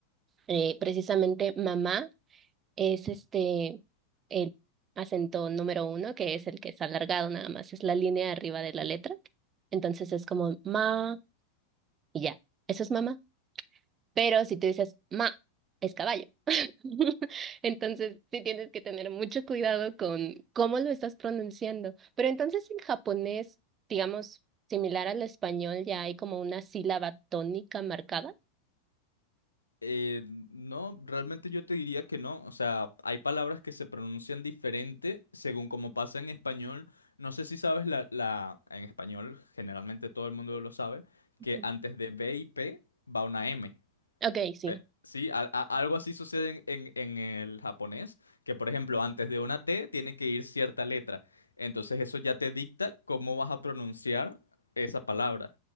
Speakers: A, on the right; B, on the left.
A: Eh, precisamente mamá. es este, el acento número uno, que es el que es alargado nada más, es la línea de arriba de la letra. Entonces es como ma y ya, eso es mamá. Pero si tú dices ma, es caballo. <laughs> Entonces sí tienes que tener mucho cuidado con cómo lo estás pronunciando. Pero entonces en japonés, digamos, similar al español, ya hay como una sílaba tónica marcada.
B: Eh, no, realmente yo te diría que no. O sea, hay palabras que se pronuncian diferente según como pasa en español. No sé si sabes la, la, en español, generalmente todo el mundo lo sabe,
A: Ujú.
B: que antes de B y P va una M.
A: Ok, sí,
B: Pe- Sí, a- a- algo así sucede en, en- en el japonés, que por ejemplo antes de una T tiene que ir cierta letra. Entonces eso ya te dicta cómo vas a pronunciar esa palabra.